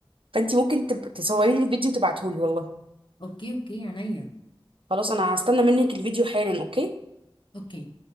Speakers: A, on the right; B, on the left.
A: فانتي ممكن تب... تصوري لي الفيديو تبعتهولي والله
B: اوكي اوكي عينيا
A: خلاص انا هستنى منك الفيديو حالا اوكي
B: اوكي